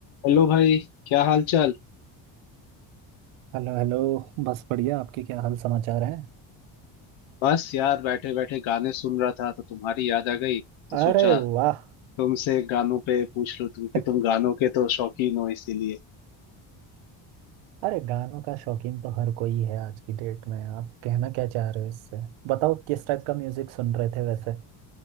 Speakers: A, on the left; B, on the right.
A: हेलो भाई क्या हाल चाल
B: Hello hello बस बढ़िया आपके क्या हाल समाचार हैं
A: बस यार बैठे बैठे गाने सुन रहा था तो तुम्हारी याद आ गई तो
B: अरे
A: सोचा
B: वाह
A: तुमसे गानों पे पूछ लूं तुम कि
B: <laughs>
A: तुम गानों के तो शौकीन हो इसीलिए
B: अरे गानों का शौकीन तो हर कोई है आज की डेट में आप कहना क्या चाह रहे हो इससे बताओ किस टाइप का म्यूजिक सुन रहे थे वैसे